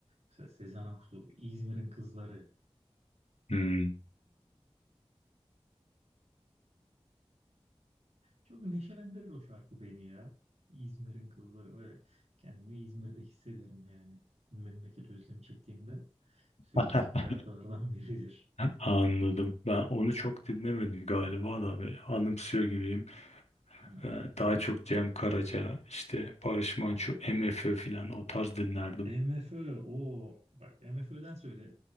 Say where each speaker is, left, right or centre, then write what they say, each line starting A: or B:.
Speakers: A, on the right; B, on the left.
A: Mesela Sezen Aksu, İzmir'in Kızları.
B: hmm,
A: Çok neşelendirir o şarkı beni ya. İzmir'in kızları böyle. Kendimi İzmir'de hissederim yani. Memleket özlemi çektiğimde söylediğim
B: heh,
A: <laughs> şarkılardan biridir.
B: anladım. Ben onu çok dinlemedim galiba da ve anımsıyor gibiyim.
A: Hı.
B: Ee, Daha çok Cem Karaca, işte Barış Manço, MFÖ filan o tarz dinlerdim.
A: MFÖ o bak MFÖ'den söyle.